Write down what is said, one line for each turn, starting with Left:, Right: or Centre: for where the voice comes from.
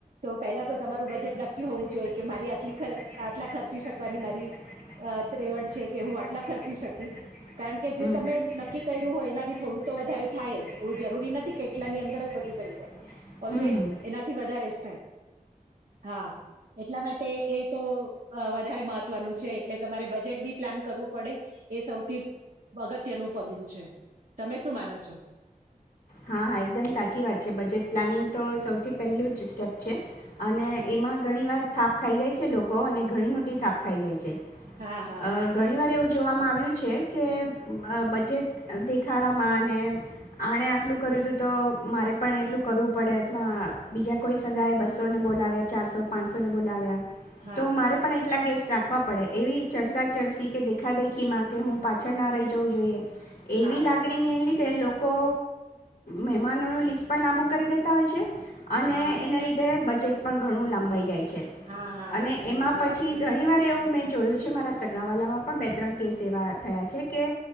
Right: તો પહેલા તો
Left: હમ.
Right: તમારું બજેટ નક્કી હોવું જોઈએ કે મારી આટલી આટલા ખર્ચી શકવાની મારી ત્રેવડ છે કે હું આટલા ખર્ચી શકીશ કારણ કે જે તમે નક્કી કર્યું હોય એનાથી થોડું તો વધારે થાય જ એવું જરૂરી નથી. કેટલાની અંદર જ બધું થઈ જાય ઓલવેઝ
Left: હમ હમ.
Right: એનાથી વધારે જ થાય હા, એટલા માટે એ તો વધારે મહત્વનું છે એટલે તમારે બજેટ બી પ્લાન કરવું પડે એ સૌથી અગત્યનું પગલું છે તમે શું માનો છો?
Left: હા હા એકદમ સાચી વાત છે. બજેટ પ્લાનિંગ તો સૌથી પહેલું જ સ્ટેપ છે. અને એમાં ઘણીવાર થાપ ખાઈ જાય છે લોકો અને ઘણી મોટી થાપ ખાઈ જાય છે.
Right: હા હા
Left: અ ઘણી વાર એવું જોવામાં આવે કેવુ છે કે બજેટ દેખાડામાં ને આને આટલું કર્યું તું તો મારે પણ એટલું કરવું પડે એમા બીજા કોઈ સગાએ
Right: હમ.
Left: બસોને બોલાવ્યા ચારસો પાંચસોને બોલાવ્યા
Right: હા
Left: તો
Right: હા
Left: મારે પણ એટલા ગેસ્ટ રાખવા પડે એવી ચરસાા ચરસી કે દેખાદેખીમાં કે હું પાછળ ના રહી જવું જોઈએ. એવી
Right: હા હા
Left: લાગડી ને એ. તે લોકો. મહેમાનોનું લિસ્ટ પણ લાંબુ કરી દેતા હોય છે અને
Right: હા
Left: એને લીધે બજેટ પણ ઘણું લંબાઈ જાય છે. છે
Right: હા હા
Left: અને એમાં
Right: બરાબર
Left: પછી
Right: છે
Left: ઘણી વાર એવું મે જોયું છે મારા સગાવાલામાં પણ બે ત્રણ કેસ એવા થયા છે કે